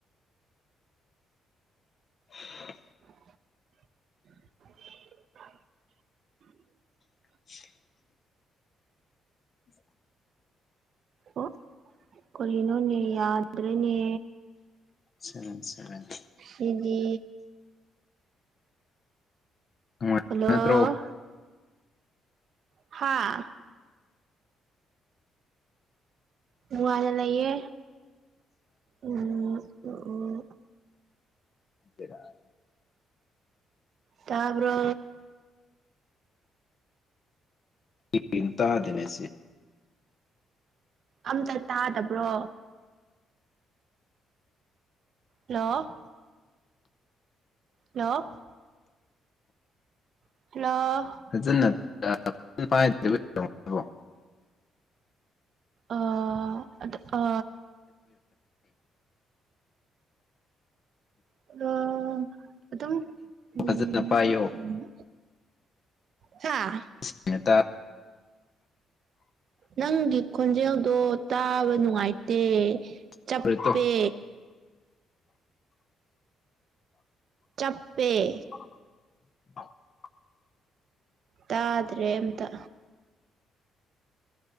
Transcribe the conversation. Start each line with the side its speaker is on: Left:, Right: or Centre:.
Left: <inaudible>
Right: <inaudible>
Left: <inaudible> <inaudible>
Right: ꯑꯣ ꯀꯔꯤꯅꯣꯅꯦ ꯌꯥꯗ꯭ꯔꯦꯅꯦ
Left: ꯁꯚꯦꯟ ꯁꯚꯦꯟ
Right: ꯁꯤꯗꯤ
Left: ꯅꯨꯡꯉꯥꯏ
Right: ꯍꯜꯂꯣ
Left: ꯅꯠꯇ꯭ꯔꯣ
Right: ꯍꯥꯥ ꯅꯨꯡꯉꯥꯏꯅ ꯂꯩꯌꯦ ꯎꯝ ꯎꯝ
Left: ꯕꯦꯔꯅꯦ
Right: ꯇꯥꯕ꯭ꯔꯣ
Left: ꯀꯩꯒꯤꯅꯣ ꯇꯥꯗꯦꯅꯦ ꯁꯦ
Right: ꯑꯝꯇ ꯇꯥꯗꯕ꯭ꯔꯣ ꯍꯜꯂꯣ ꯍꯜꯂꯣ ꯍꯥꯂꯣ
Left: ꯐꯥꯖꯅꯥ ꯇꯥ <unintelligible> ꯄꯥꯏꯗꯕꯩ ꯑꯣꯏꯔꯝꯒꯅꯤꯕꯣ
Right: ꯑ ꯑꯗꯨ ꯑ ꯍꯥꯜꯂꯣ ꯑꯗꯨꯝ ꯎꯝ
Left: ꯐꯖꯅ ꯄꯥꯏꯌꯣ
Right: ꯍꯥ
Left: ꯁꯦꯡꯅꯥ ꯇꯥ
Right: ꯅꯪꯒꯤ ꯈꯣꯟꯖꯦꯜꯗꯣ ꯇꯥꯕ ꯅꯨꯡꯉꯥꯏꯇꯦ ꯆꯞꯄꯦ
Left: ꯇꯥꯔꯣꯏꯗꯣ
Right: ꯆꯞꯄꯦ
Left: <inaudible>
Right: ꯇꯥꯗ꯭ꯔꯦ ꯑꯝꯇꯥ